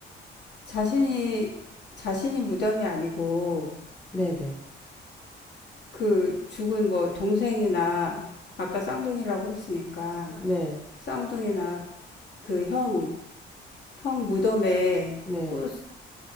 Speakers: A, on the left; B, in the centre.
A: 자신이, 자신이 무덤이 아니고,
B: 네네.
A: 그 죽은 뭐 동생이나, 아까 쌍둥이라고 했으니까,
B: 아, 네
A: 쌍둥이나 그 형, 형 무덤에
B: 네.
A: 꽃